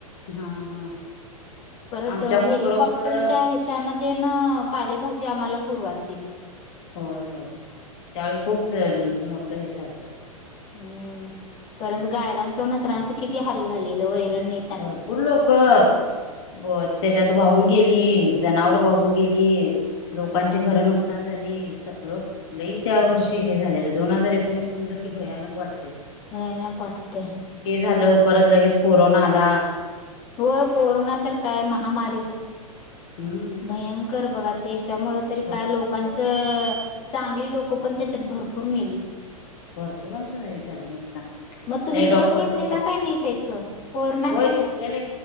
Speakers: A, on the left (about 50°); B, on the left (about 30°).
A: हा हा.
B: परत
A: आमच्या पण
B: हेलिकॉप्टरच्या
A: बरोबर
B: हेच्यानं... ते नं पालेभाजी आम्हाला पुरवालतेत.
A: होय होय... त्यावेळी खूप मोठं हे झालतं
B: हम्म... परंत गायरांचं... मसरांचं किती हाल झालेलं वैरण नई
A: भरपूर लोक कं त्याच्यात वाहून गेली... जनावर वाहून गेली.
B: होय
A: लोकांची
B: होय.
A: घर नुकसान झाली... सगळं.. लई त्या वर्षी
B: होय
A: हे झालेलं... दोन हजार कोणीस म्हटलं की भयानक वाटतय.
B: भयानक वाटतय.
A: हे झालं... परत लगेच कोरोना आला.
B: हो कोरोना तर काय... महामारीच.
A: हम्म.
B: भयंकरच बघा... त्याच्यामुळं तरी
A: भरपूर
B: काय लोकांचं चांगली लोकं पण त्याच्यात भरपूर मेली.
A: भरपूरांचं हे झालं... नुकसान.
B: मग तुम्ही
A: ते डॉक्टर
B: डोस घेतलेला
A: लोक
B: काही नाही त्याच कोरोनाच?
A: होय घेतलेले